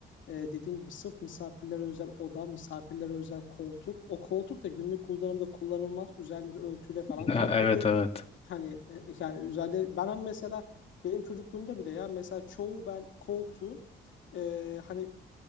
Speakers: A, on the left; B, on the left.
A: e, dediğin gibi sırf misafirlere özel oda, misafirlere özel koltuk. O koltuk da günlük kullanımda kullanılmaz. Üzerleri örtüyle falan
B: <laughs> Ha,
A: kaplıdır.
B: Evet evet.
A: Hani e, yani üzerleri ben hani mesela benim çocukluğumda bile ya mesela çoğu ben koltuğun e, hani